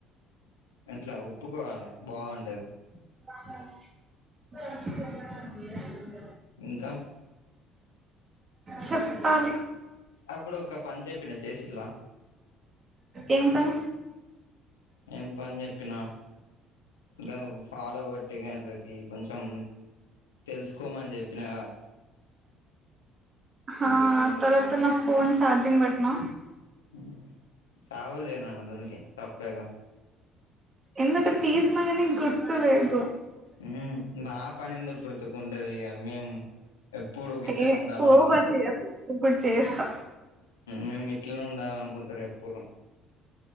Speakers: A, on the left; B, on the right.
A: అట్లా ఒప్పుకోవాలి బాగుంటది
B: <inaudible>
A: ఇంకా
B: చెప్పాలి
A: అప్పుడు ఒక పని చెప్పిన చేసిల్ల
B: ఏం పని
A: ఏం పని చెప్పినా గవ్ ఫాలోగో టి గర్ల్ కి కొంచెం తెలుసుకోమని చెప్పినా
B: ఆ తర్వాత నా ఫోన్ చార్జింగ్ భెట్నా
A: ఉ చవలే నాన్న దోనికి తప్పేగా
B: ఎందకు తీసిన గానీ గుర్తులేదు
A: ఉ నా పనేందుకు గుర్తుకుంటది ఇగ మేమ్ ఎప్పుడు గిట్లనే
B: ఏ
A: ఉండాలనుకుంటారు
B: ఓవర్ చేయకు ఇప్పుడు చేస్తా
A: మేము ఇట్లనే ఉండాలనుకుంటారు ఎప్పుడు